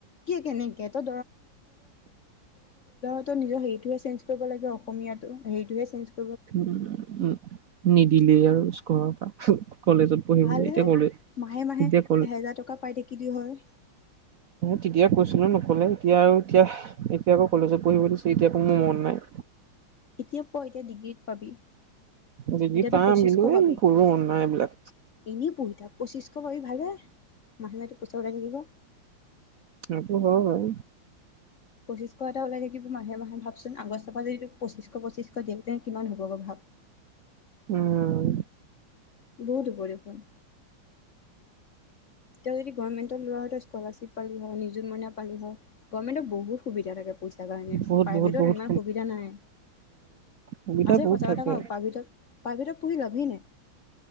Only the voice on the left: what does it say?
কি কেনেকে তই ত' নিজৰ অসমীয়া তো হে চেঞ্জ কৰিব লাগে অসমটো।
ভালহে
মাহে - মাহে
এহেজাৰ টকা পাই থাকিলে হয়।
এতিয়া প এতিয়া ডিগ্ৰীত পাবি।
এতিাতো
পচিছশ
পাবি
এনেই পঢ়ি থাক। পঁচিছশ পাবি ভালে মাহে মাহেটো পইচা ওলাই থাকিব।
পঁচিশ এটা ওলাই থাকিব মাহে মাহে ভাবচোন আগষ্টৰ পৰা যদি তোক পঁচিশ পঁচিশ দিয়ক তেন্ত কিমান হব ভাব।
বহুতো পৰিপূৰ্ণ। তেওঁ যদি গভমেণ্টত লোৱা হয় স্কলাৰশ্বিপ পালি হয় নিয মইনা পালি হয়। গভৰ্মেণ্টত বহুত সুবিধা থাকে পইচাৰ কাৰণে
প্ৰাইভেটত
ইমান সুবিধা নাই।
আছে
সঁচা
কথা কওঁ প্ৰাইভটত প্ৰাইভটত পঢ়ি লাবি নাই।